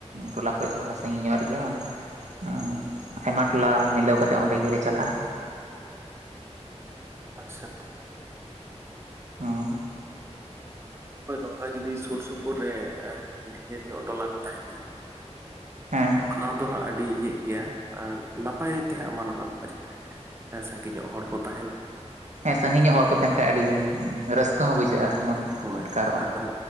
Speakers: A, on the right; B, on the right.
A: ᱴᱚᱞᱟ ᱠᱷᱚᱱ ᱛᱷᱚᱲᱟ ᱥᱟᱹᱜᱤᱧ ᱧᱚᱜ ᱨᱮᱜᱮ, ᱚᱸᱰᱮ ᱦᱩᱸ, ᱟᱭᱢᱟ ᱴᱚᱞᱟ ᱢᱤᱞᱟᱹᱣ ᱠᱟᱛᱮᱜ ᱚᱸᱰᱮ ᱜᱮᱞᱮ ᱪᱟᱞᱟᱜᱼᱟ।
B: ᱟᱪᱪᱷᱟ।
A: ᱦᱩᱸ।
B: ᱦᱳᱭ, ᱱᱚᱝᱠᱟ ᱡᱩᱫᱤ ᱥᱩᱨ ᱥᱩᱯᱩᱨ ᱨᱮ ᱰᱷᱮᱨ ᱧᱚᱜ ᱴᱚᱞᱟ ᱠᱚ ᱛᱟᱦᱮᱱ
A: ᱦᱮᱸ
B: ᱠᱷᱟᱱ ᱚᱱᱟ ᱫᱚ ᱦᱟᱸᱜ ᱟᱹᱰᱤ ᱤᱭᱟᱹᱜ ᱜᱮᱭᱟ, ᱱᱟᱯᱟᱭ ᱛᱮ ᱦᱟᱸᱜ ᱢᱟᱱᱚᱜ ᱜᱟᱱᱚᱜ <unintelligible> ᱦᱮᱸ, ᱥᱟᱸᱜᱤ ᱧᱚᱜ ᱦᱚᱲ ᱠᱚ ᱛᱟᱸᱦᱮᱱ
A: ᱦᱮᱸ ᱥᱟᱹᱜᱤ ᱧᱚᱜ ᱦᱚᱲ ᱠᱚ ᱛᱟᱸᱦᱮᱱ ᱠᱷᱟᱱ ᱟᱹᱰᱤ ᱨᱟᱹᱥᱠᱟᱹ ᱦᱚᱸ ᱵᱩᱡᱷᱟᱹᱜᱼᱟ ᱢᱚᱱᱮ।
B: ᱦᱳᱭ
A: ᱟᱴᱠᱟᱨᱚᱜᱼᱟ
B: ᱟᱨ